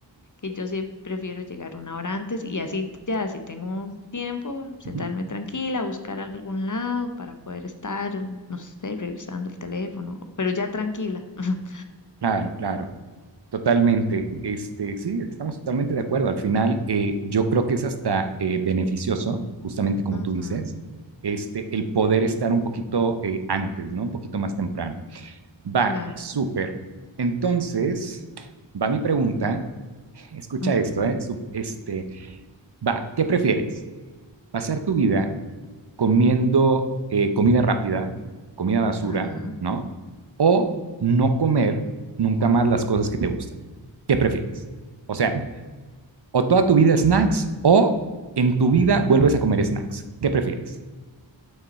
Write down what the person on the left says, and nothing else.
que yo sí prefiero llegar una hora antes y así ya, si tengo tiempo, sentarme
tranquila, buscar algún lado para poder estar, no sé, revisando el teléfono, pero ya tranquila. <laughs>
Ujú,
claro.
ujú,
ajá.